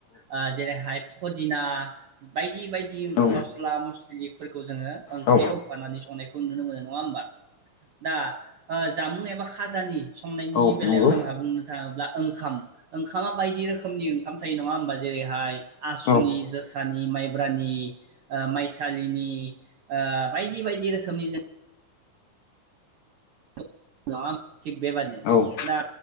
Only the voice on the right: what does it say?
ओ जेरैहाय फदिना बायदि बायदि
मस्ला मस्लिफोरखौ जोङो ओंख्रियाव
होफानानै संनायखौ नुनो मोनो नङा होमबा? दा ओ जामुं एबा खाजानि संनायनि
बेलायाव
जोंहा बुंनो थाङोब्ला ओंखाम ओंखामा बायदि रोखोमनि ओंखाम थायो नङा होमबा जेरैहाय आसुनि
जोसानि माइब्रानि ओ माइसालिनि ओ बायदि बायदि रोखोमनि जों <unintelligible> थिग बेबानो
दा